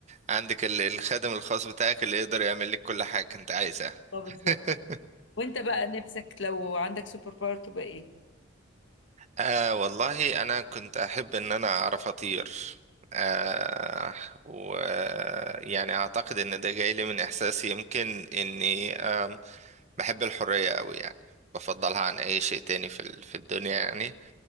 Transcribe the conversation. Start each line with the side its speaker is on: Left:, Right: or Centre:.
Right: عندك ال- الخادم الخاص بتاعك اللي يقدر يعمل لك كل حاجة أنت عايزها
Left: اه
Right: <laughs>
Left: بالظبط وانت بقى نفسك لو عندك سوبر باور تبقى ايه؟
Right: آه والله أنا كنت أحب إن أنا أعرف أطير آه ويعني أعتقد إن ده جاي لي من إحساسي يمكن إني آم، بحب الحرية أوي يعني بفضلها عن أي شيء تاني في ال- في الدنيا يعني